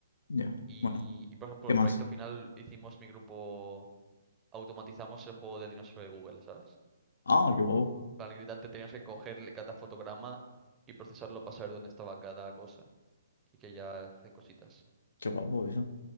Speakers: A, on the left (about 80°); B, on the right (about 15°).
A: Ya,
B: Y,
A: Bueno,
B: y, por ejemplo,
A: ¿qué
B: el
A: más?
B: proyecto final hicimos mi grupo, automatizamos el juego del dinosaurio de Google, ¿sabes?
A: Ah, qué guapo.
B: Para el gritante teníamos que coger cada fotograma y procesarlo para saber dónde estaba cada cosa y que ya hacen cositas.
A: Qué guapo eso.